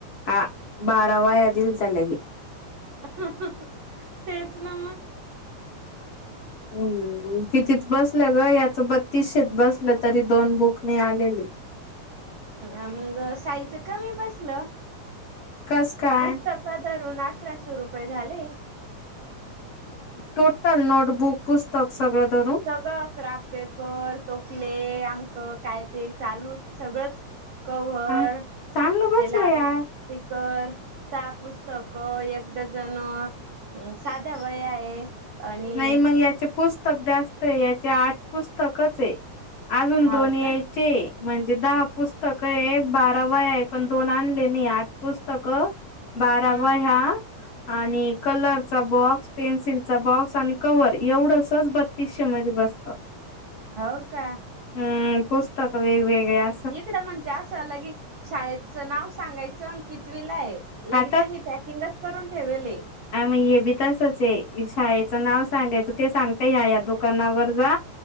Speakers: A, on the left; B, on the right.
A: ह बारावा दिल तडगे
B: ह ह ह तेच ना
A: हम्म कितीच बसलं ग याच बत्तीसशेत बसलं तरी दोन बुकणे आलेले
B: ह मग साईच कमी बसलं
A: कस काय
B: पुस्तक का रुून अठराशे रुपये झाले
A: टोटल नोटबुक पुस्तक सगळं धरून
B: सगळं क्राफ्ट पेपर तोकले आमकं काय ते चालू सगळंच कव्हर
A: हा चांगलं बसलं
B: ते लावाज
A: यार
B: स्कर सहा पुस्तकं एक डझन हम साध्या वय आहे आणि
A: नाही मग याचे पुस्तक जास्त आहे याचे आठ पुस्तकच आहे अजून
B: हाव
A: दोनही
B: का
A: या ते म्हणजे दहा पुस्तक, हे बारा वह्या हे, पण दोन आणले नही आठ पुस्तक. बारावा
B: अ
A: ह्या आणि कलरचा बॉक्स पेन्सिलचा बॉक्स आणि कव्हर एवढसच बत्तीसशे मध्ये बसत.
B: हो का!
A: हूं पुस्तक वेगवेगळ्या
B: इकडं म्हणजे असं लगी शाळेचं नाव सांगायचं अन कितविलाय लगे
A: हा
B: त्यांनी पॅकिंगच करून ठेवलेय.
A: अन हे बी तसच हे शाळेचं नाव सांगायचं ते सांगता ह्या ह्या दुकानावर जा